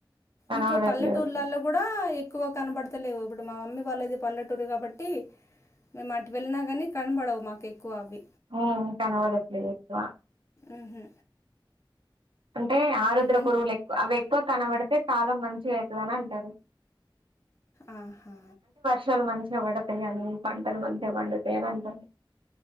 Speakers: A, on the right; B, on the left.
A: కనబడట్లేదు
B: ఇప్పుడు పల్లెటూర్లలో గుడా ఎక్కువ కనబడు లేవు ఇప్పుడు మా మమ్మీ వాళ్ళది పల్లెటూరు కాబట్టి మేము అటు వెళ్ళిన గాని ని కనబడవు మాకు ఎక్కువ అవి
A: ఉ కనపడట్లేవు ఎక్కువ
B: ఉహు
A: అంటే ఆరుద్ర
B: మం
A: పురుగులు ఎక్కువ అవి ఎక్కువ కనబడితే కాలం మంచిగయితది అని అంటరు
B: ఆహా
A: ర్షాలు మంచిగ పడతయి అని పంటలు మంచిగ పండుతయి అని అంటరు